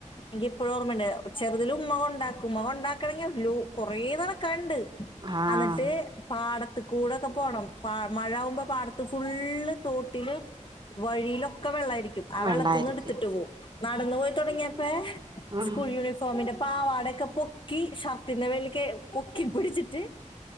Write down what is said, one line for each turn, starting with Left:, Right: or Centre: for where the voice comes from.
Left: എനിക്ക് ഇപ്പഴും ഓർമ്മയ്ണ്ട് ചെറുതിൽ ഉമ്മ കൊണ്ടാക്കും ഉമ്മ കൊണ്ടാക്കണെങ്കില് നല്ലോ കൊറേ നടക്കാണ്ട്.
Right: ആഹ്
Left: അന്നിട്ട് പാടത്ത് കൂടൊക്കെ പോണം പ മഴ ആവുമ്പം പാടത്ത് ഫുള്ള് തോട്ടില് വഴിയിലൊക്കെ വെള്ളായിരിക്കും. ആ
Right: വെള്ളായിരിക്കും
Left: വെള്ളത്ത്ന്ന് എടുത്തിട്ട് പോവും നടന്നു പോയി തൊടങ്ങിയപ്പെ
Right: ഉം
Left: സ്കൂൾ യൂണിഫോമിന്റെ പാവാടെക്കെ പൊക്കി ഷർട്ടിന്റെ മേലെക്ക് പൊക്കി പിടിച്ചിട്ട്